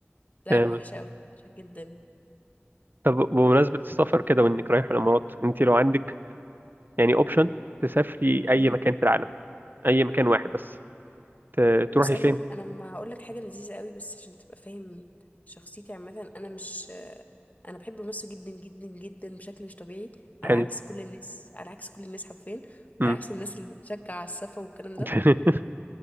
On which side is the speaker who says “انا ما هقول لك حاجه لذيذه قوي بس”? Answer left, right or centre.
Left